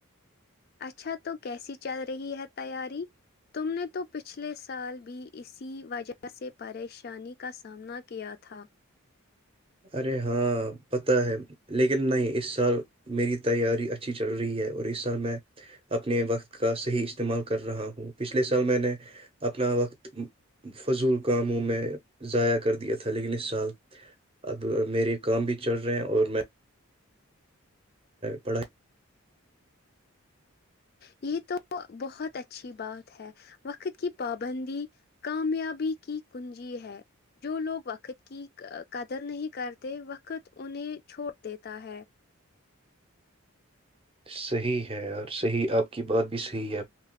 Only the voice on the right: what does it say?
ارے ہاں پت ہے لیکن نہیں اس سال میری تیاری اچھی چل رہی ہے اور اس سال میں اپنے وقت کا صحیح استعمال کر رہا ہوں پچھلے سال میں نے اپنا وقت فضول کاموں میں ضائع کر دیا تھا لیکن اس سال اب میرے کام بھی چل رہے ہیں اور میں پڑھا
صحیح ہے اور صحیح آپ کی بات بھی صحیح ہے